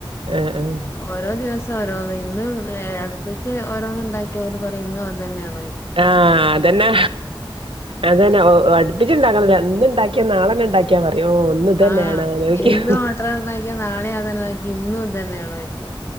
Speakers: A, on the right; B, on the left.
A: ആഹ് ആഹ്
B: ഓരോ ദിവസ് സോരോന്ന് ഇന്നും വേ അട്പ്പിച്ച് ഓരോന്ന് ഇണ്ടാക്കിയ ഓല് പറിം ഇന്നും അതന്നേണോ
A: ആഹ് അതന്നെ അതന്നെ ഒ അട്പ്പിച്ച് ഇണ്ടാക്കാ <unintelligible> ഇന്ന് ഇണ്ടാക്കിയാ നാളെന്നെ ണ്ടാക്ക്യാ മ അയോ ന്ന് ഇതന്നെണോ
B: ആഹ്
A: നോക്യാ
B: ഇന്ന് ഓട്ടട ഉണ്ടാക്കിയ നാളെ അതന്നെ ഉണ്ടാക്കി ഇന്നും ഇത് തന്നെയാണോ? കയിക്കു